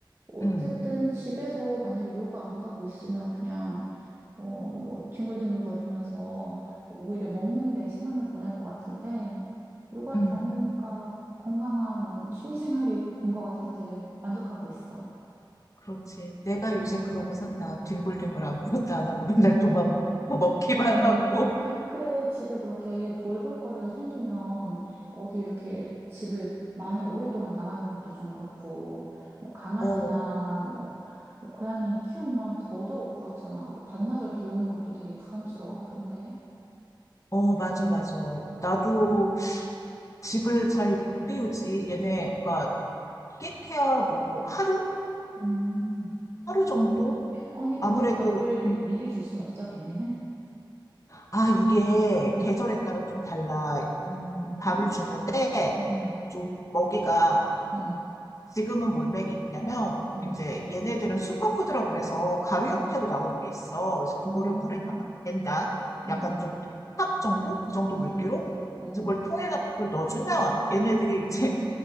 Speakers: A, on the right; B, on the left.
A: 어쨌든
B: 응,
A: 집에서 만약에 요가 안 가고 있으면 그냥 어, 뭐, 뒹굴뒹굴거리면서 오히려 먹는데 시간을 보낼 것 같은데, 요가
B: 응.
A: 다니니까 건강한 취미생활인 것 같아서 되게 만족하고 있어.
B: 그렇지. 내가 요새 그러고 산다. 뒹굴뒹굴 아무것도 안 하고 맨날 도마뱀 먹고 먹기만
A: 어,
B: 하고.
A: 그래, 집에 그렇게 돌볼 거리가 생기면 어디 이렇게 집을 많이 오랫동안 나가는 것도 좀 그렇고, 뭐, 강아지나
B: 어,
A: 뭐, 뭐 고양이 키우면 더더욱 그렇잖아. 뭐, 반나절 비우는 것도 되게 부담스러워 하던데.
B: 어, 맞아, 맞아. 나도 집을 잘 못 비우지. 얘네가 끽해야 뭐 하루?
A: 음.
B: 하루 정도?
A: 아니,
B: 아무래도,
A: 근데 밥을
B: 음,
A: 미리 줄 순 없어, 걔네는?
B: 아, 이게
A: 응.
B: 계절에 따라 좀 달라. 음,
A: 음,
B: 밥을 주는데
A: 응, 응,
B: 좀 먹이가
A: 응, 응,
B: 음, 지금은 뭘 먹이냐면
A: 응,
B: 이제 얘네들은 슈퍼푸드라고 그래서 가루 형태로
A: 응,
B: 나오는 게 있어. 그래서 그거를
A: 어,
B: 물에다가 깬다.
A: 응,
B: 약간
A: 응,
B: 좀 탑 정도? 그 정도
A: 응,
B: 물기로?
A: 응, 응.
B: 그래서 그걸 통에다가 그걸 넣어주면 얘네들이
A: 응.
B: 이제